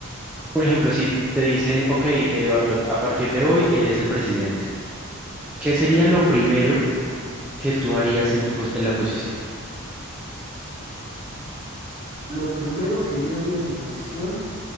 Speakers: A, in the centre; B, on the right (about 30°).
A: un ejemplo, si te dicen, ok, Eduardo, a partir de hoy eres el presidente, ¿qué sería lo primero que tú harías en tu pos- en la posición?
B: Lo primero que yo haría en mi posición,